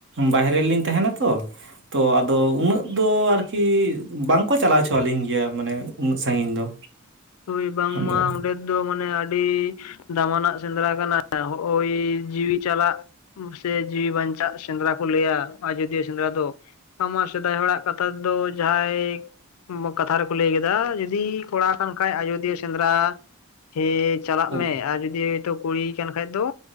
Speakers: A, on the right; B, on the left.
A: ᱵᱟᱦᱨᱮ ᱨᱮᱞᱤᱧ ᱛᱟᱦᱮᱱᱟ ᱛᱚ ᱛᱚ ᱟᱫᱚ ᱩᱱᱟᱹᱜ ᱫᱚ ᱟᱨᱠᱤ ᱵᱟᱝᱠᱚ ᱪᱟᱞᱟᱣ ᱦᱚᱪᱚᱟᱞᱤᱧ ᱜᱮᱭᱟ ᱢᱟᱱᱮ ᱩᱱᱟᱹᱜ ᱥᱟᱺᱜᱤᱧ ᱫᱚ
B: ᱦᱳᱭ ᱵᱟᱝ
A: ᱟᱫᱚ
B: ᱢᱟ ᱚᱸᱰᱮ ᱫᱚ ᱢᱟᱱᱮ ᱟᱹᱰᱤ ᱫᱟᱢᱟᱱᱟᱜ ᱥᱮᱸᱫᱽᱨᱟ ᱠᱟᱱᱟ ᱳᱭ ᱡᱤᱣᱤ ᱪᱟᱞᱟᱜ ᱥᱮ ᱡᱤᱣᱤ ᱵᱟᱧᱪᱟᱜ ᱥᱮᱸᱫᱽᱨᱟ ᱠᱚ ᱞᱟᱹᱭᱟ ᱟᱡᱚᱫᱤᱭᱟᱹ ᱥᱮᱸᱫᱽᱨᱟ ᱫᱚ ᱾ ᱛᱟᱢᱟ ᱥᱮᱫᱟᱭ ᱦᱚᱲᱟᱜ ᱠᱟᱛᱷᱟ ᱛᱮᱫᱚ ᱡᱟᱦᱟᱸᱭ ᱠᱟᱛᱷᱟ ᱨᱮᱠᱚ ᱞᱟᱹᱭ ᱠᱮᱫᱟ ᱡᱩᱫᱤ ᱠᱚᱲᱟ ᱠᱟᱱ ᱠᱷᱟᱡ ᱟᱭᱚᱫᱤᱭᱟᱹ ᱥᱮᱸᱫᱽᱨᱟ ᱦᱮ ᱪᱟᱞᱟᱜ
A: ᱦᱩᱸ
B: ᱢᱮ ᱟᱨ ᱡᱩᱫᱤ ᱛᱳ ᱠᱩᱲᱤᱭ ᱠᱟᱱ ᱠᱷᱟᱱ ᱫᱚ